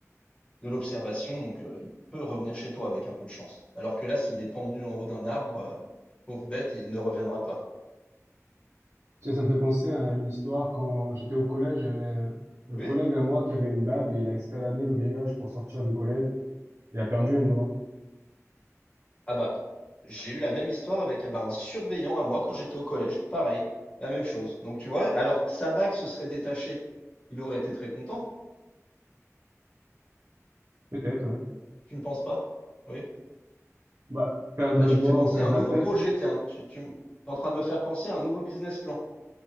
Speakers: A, on the left (about 20°); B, on the right (about 55°).
A: de l'observation, donc euh, il peut revenir chez toi avec un peu de chance. Alors que là, s'il est pendu en haut d'un arbre, euh, pauvre bête, il ne reviendra pas.
B: Tu sais, ça me fait penser à une histoire. Quand j'étais au collège, j'avais
A: Oui?
B: un collègue à moi qui avait une bague et il a escaladé le grillage pour sortir du collège. Il a perdu un doigt.
A: Ah bah, j'ai eu la même histoire avec ah bah, un surveillant à moi quand j'étais au collège. Pareil, la même chose. Donc tu vois, alors sa bague se serait détachée. Il aurait été très content.
B: Peut-être, ouais.
A: Tu ne penses pas? Oui.
B: Bah, perdre
A: Bah
B: un
A: tu
B: doigt
A: me fais penser
B: ou perdre
A: à un
B: la
A: nouveau
B: tête,
A: projet, tiens. Tu, tu es en train de me faire penser à un nouveau business plan.